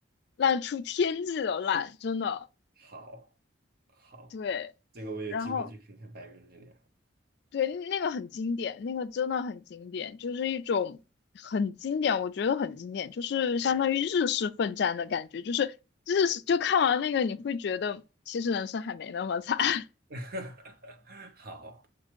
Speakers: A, on the left; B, on the right.
A: 烂出天际的烂，真的。
B: 好，好，
A: 对，
B: 这个我有机会去看看《百元之恋》。
A: 然后。对，那个很经典，那个真的很经典，就是一种很经典，我觉得很经典，就是相当于日式奋战的感觉，就是日式就看完那个你会觉得其实人生还没那么惨，<laughs>
B: <laughs> 好，